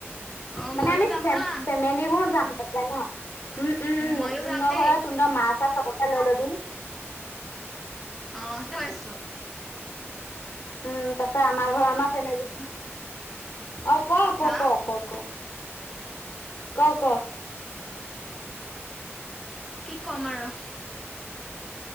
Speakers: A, in the centre; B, on the left.
A: অ
B: মানে
A: মইয়ো
B: আমি
A: যাম হা
B: ফেমিলি বোৰ যাম তাতে ন উম উম উম
A: মইয়ো
B: তুণ্ডৰ
A: যাম দেই
B: ঘৰত তুণ্ডৰ মা চা চবকে লৈ লবি
A: অ সেইটো ভাবিছো
B: উম তাপা আমাৰ ঘৰৰ আমাৰ ফেমিলি অ', কোৱা ক
A: হা
B: ক ক ক ক ক
A: কি ক'ম আৰু